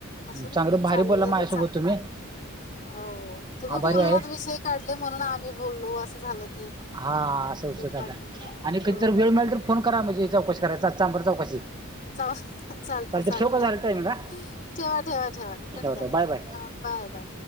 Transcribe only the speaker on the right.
चांगलं
भारी
बोलला माझ्यासोबत
तुम्ही
आभारी
आहे
हा असं विषय काढला.
आणि
कधीतर वेळ मिळाला तर फोन करा म्हणजे चौकशी करायला, चांबार चौकशी.
चालते
ठेव का झालं टायमिंग हा
ठेवा
Bye bye